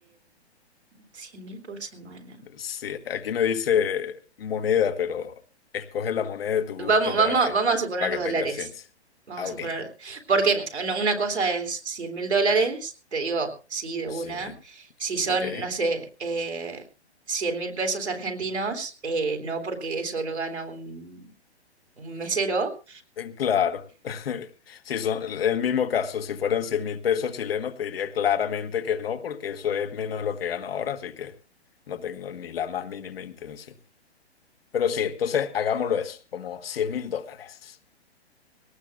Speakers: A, on the right (about 75°); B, on the left (about 60°).
A: Cien mil por semana.
B: Sí, aquí no dice moneda, pero escoge la moneda de tu gusto
A: Vamos, vamos,
B: para que,
A: vamos a suponer
B: para
A: dólares.
B: que tenga ciencia.
A: Vamos
B: Ah,
A: a
B: ok.
A: suponer. Porque no, una cosa es 100 mil dólares, te digo, sí, de
B: Sí,
A: una. Si son,
B: ok. Eh,
A: no sé, eh, 100 mil pesos argentinos, eh, no, porque eso lo gana un, un mesero.
B: Claro. <laughs> Si son el mismo caso, si fueran cien mil pesos chilenos, te diría claramente que no, porque eso es menos de lo que gano ahora, así que no tengo ni la más mínima intención. Pero sí, entonces hagámoslo eso, como cien mil dólares.